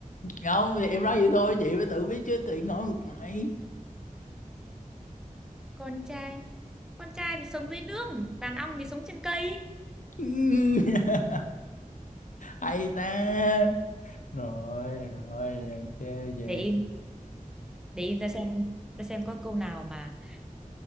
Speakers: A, on the left; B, in the centre.
A: không thì em nói vậy thôi chị mới tự biết chứ tự ngồi ngược lại
B: Con trai, con trai thì sống dưới nước, đàn ong thì sống trên cây.
A: Ừ. <laughs> hay ta rồi rồi làm chê chị
B: Để im, để im ta xem, ta xem có câu nào mà